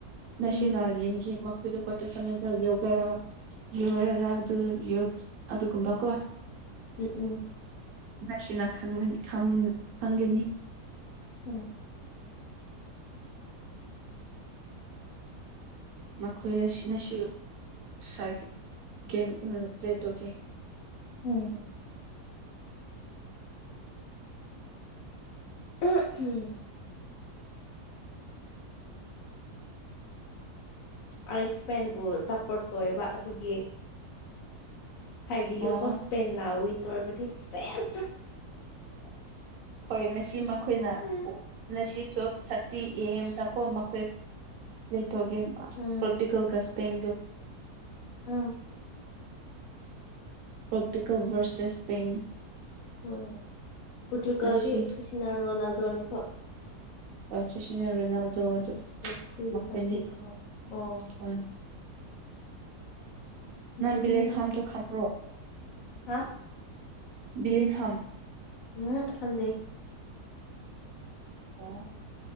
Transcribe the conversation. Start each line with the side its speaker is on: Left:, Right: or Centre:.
Right: ꯉꯁꯤꯅ
Left: ꯎꯝ
Right: ꯌꯦꯡ ꯌꯦ ꯑꯩꯣꯏꯗ ꯀꯠꯇ ꯁ ꯆ ꯌꯒ ꯌꯧꯔꯥꯎ ꯑꯗꯨ ꯌꯧꯗ ꯑꯗꯨ ꯀꯝꯕ ꯀꯣ
Left: ꯎꯝ ꯎꯝ
Right: ꯅꯁꯤꯅꯥ ꯈꯪꯒꯅꯤ
Left: ꯎꯝ
Right: ꯃꯈꯣꯏ ꯑꯁꯤꯅꯁꯨ ꯁꯥꯏ ꯒꯦꯝ ꯎ ꯄ꯭ꯂꯦ ꯇꯧꯒꯦ
Left: ꯎꯝ ꯎꯝ ꯎꯝ ꯑꯌꯨꯁꯃꯦꯟꯕꯨ ꯁꯞꯄꯣꯔꯠ ꯇꯧꯋꯦꯕ ꯑꯗꯨꯒꯤ ꯍꯥꯏꯕꯤ
Right: ꯑꯣ
Left: ꯑ ꯀꯣꯁ ꯐꯦꯟ ꯅ ꯎꯋꯟꯇꯔꯕꯗꯤ ꯐꯦꯟ
Right: ꯍꯣꯏ ꯉꯁꯤ ꯃꯈꯣꯏꯅ
Left: ꯎꯝ
Right: ꯉꯁꯤ ꯇꯨꯋꯦꯜꯐ ꯊꯥꯔꯇꯤ ꯑꯦꯝꯗꯀꯣ ꯃꯈꯣꯏ ꯂꯩꯊꯒꯦ
Left: ꯎꯝ
Right: ꯄꯇꯤꯀ ꯇꯗꯣ
Left: ꯎꯝ
Right: ꯄꯇꯀꯣꯚꯔꯁꯦꯁ ꯁꯄꯦꯟ
Left: ꯎꯝ ꯄꯨꯇꯨꯀꯜꯗꯤ
Right: ꯉꯁꯤ
Left: ꯀ꯭ꯁꯅꯅꯗꯧꯅꯤꯀꯣ
Right: ꯍ ꯀ꯭ꯁꯅꯒꯅꯗꯣ ꯑꯗꯨ
Left: ꯑꯩꯈꯣꯏꯒꯤ
Right: ꯃꯈꯄꯤꯅꯦ
Left: ꯄꯥꯔꯇꯤ ꯑꯍꯣꯏ ꯑꯣ
Right: ꯍ <unintelligible>
Left: ꯑꯗꯨꯗꯤ
Right: ꯅꯥꯝꯕꯤꯂꯦꯟ ꯍꯥꯝꯗꯣ ꯈꯝ꯭ꯔꯣ
Left: ꯍꯥ
Right: ꯕꯤꯂꯦꯟ ꯍꯝ
Left: ꯎꯝ ꯐꯟꯗꯦ
Right: ꯎꯝ